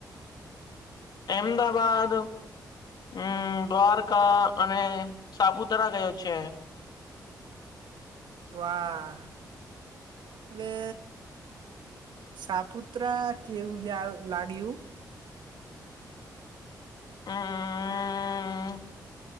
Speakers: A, on the left; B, on the right.
A: એમદાવાદ હમ દ્વારકા અને સાપુતારા ગયો છે
B: વાહ હવે સાપુત્રા કેવું લાગ્યું
A: હમ